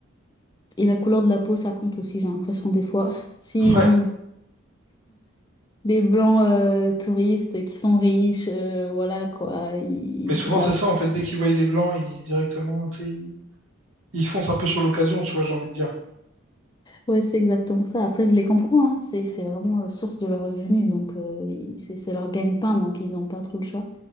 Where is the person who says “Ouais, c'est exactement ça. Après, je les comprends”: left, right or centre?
Left